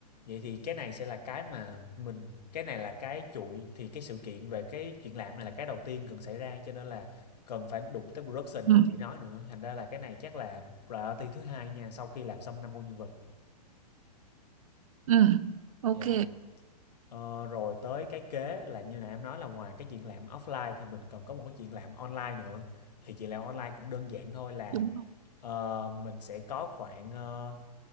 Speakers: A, on the left; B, on the right.
A: Vậy thì cái này sẽ là cái mà mình cái này là cái chuỗi thì cái sự kiện về cái chuyện làm này là cái đầu tiên cần xảy ra cho nên là cần phải đụng tới production
B: ừ
A: như chị nói nữa. Thành ra là cái này chắc là priority thứ hai nha, sau khi làm xong năm con nhân vật.
B: ừ ok
A: Dạ. Ờ, rồi tới cái kế là như nãy em nói là ngoài cái chuyện làm offline thì mình còn có một cái chuyện làm online nữa. Thì chuyện làm online cũng đơn giản thôi là
B: đúng rồi.
A: ờ, mình sẽ có khoảng ờ,